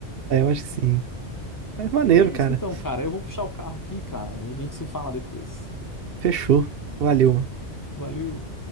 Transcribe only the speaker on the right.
É, eu acho que sim. É maneiro,
cara.
Fechou. Valeu. mano.